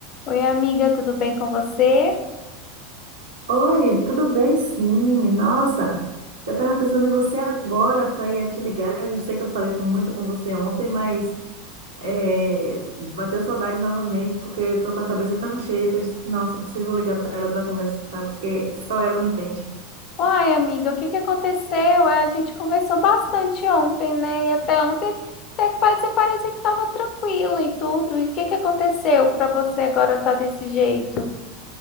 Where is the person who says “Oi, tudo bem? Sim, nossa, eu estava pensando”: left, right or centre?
Right